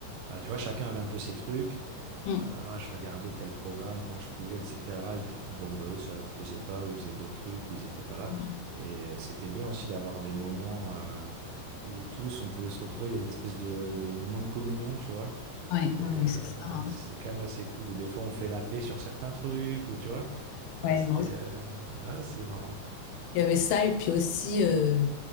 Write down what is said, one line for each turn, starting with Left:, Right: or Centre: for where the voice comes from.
Right: enfin, tu vois, chacun avait un peu ses trucs.
Left: Mm.
Right: Euh, moi, je regardais tel programme quand je pouvais, etc. Et du coup, bon, bah, eux, ça leur plaisait pas, ou ils faisaient d'autres trucs, ou ils étaient pas là.
Left: Mhm.
Right: Et euh, c'était bien aussi d'avoir des moments euh, où tous, on pouvait se retrouver. Il y a une espèce de, de moment de communion, tu vois.
Left: Oui,
Right: Et
Left: oui, oui,
Right: euh,
Left: c'est ça. hein.
Right: c'est quand même assez cool. Ou des fois, on fait la paix sur certains trucs, ou tu vois. Ah,
Left: Ouais,
Right: c'était,
Left: non.
Right: euh, ah, c'est marrant.
Left: Il y avait ça, et puis aussi, euh,